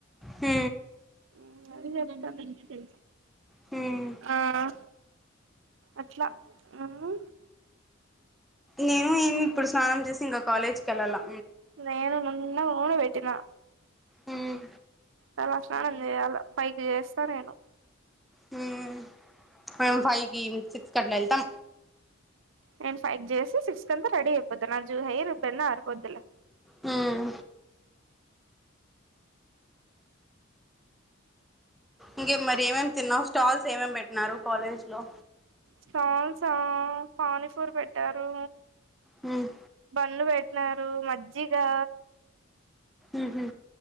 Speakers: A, in the centre; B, on the right.
A: హు
B: మ్ అదే చెప్తా
A: హ్మ్
B: ఆ అట్లా ఉ
A: నేను ఇమ్ ఇప్పుడు స్నానం చేసి ఇంకా కాలేజ్ కి వెళ్ళాలా
B: నేను నువ్వు ఉన్నావు వేట్టిన
A: హ్మ్
B: తలస్థానం చేయాలి ఫైకే చేస్తా నేను
A: హ్మ్ మేము ఫైవ్ కి సిక్స్క్ అట్లా వెళ్తాం
B: నేను ఫైవ్ చేసి సిక్స్ కంతా రెడీ అయిపోతాను నా జూ హెయిర్ బెన్నా ఆరిపోద్దులే
A: హ్మ్ ఇంకే మరి ఏమేం తిన్నావు స్టాల్స్ ఏమేమి పెట్టిన్నారు కాలేజ్ లో
B: స్టాల్సా పానీపూరి పెట్టారు
A: హ్మ్
B: బన్ను పెట్టినారు మజ్జిగా
A: ఉ హు